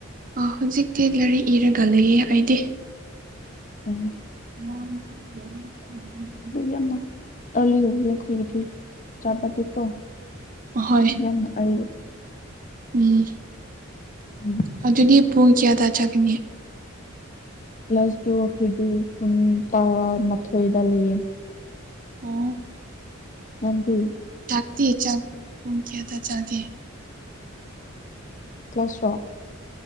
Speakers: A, on the right; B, on the left.
A: ꯑ ꯍꯨꯖꯤꯛꯇꯤ ꯂꯥꯏꯔꯤꯛ ꯏꯔꯒ ꯂꯩꯌꯦ ꯑꯩꯗꯤ
B: ꯎꯝ
A: <unintelligible>
B: ꯌꯥꯝꯃ ꯑꯔꯂꯤ ꯎꯏꯌꯦ ꯈꯣꯏꯒꯤꯗꯤ ꯆꯥꯕꯗꯤꯀꯣ
A: ꯑꯍꯣꯏ
B: ꯌꯥꯝꯅ ꯑꯔꯂꯤ
A: ꯎꯝ
B: ꯎꯝ
A: ꯑꯗꯨꯗꯤ ꯄꯨꯡ ꯀ꯭ꯌꯥꯗ ꯆꯠꯀꯅꯤ꯫
B: ꯀ꯭ꯂꯥꯁꯇꯨ ꯑꯈꯣꯏꯗꯨ ꯄꯨꯡ ꯇꯥꯔꯥꯃꯊꯣꯏꯗ ꯂꯩꯌꯦ꯫
A: ꯑꯣ
B: ꯅꯪꯗꯤ
A: ꯆꯥꯛꯇꯤ ꯆꯥꯛ ꯄꯨꯡ ꯀꯌꯥꯗ ꯆꯥꯒꯦ꯫
B: ꯀ꯭ꯂꯥꯁꯔꯣ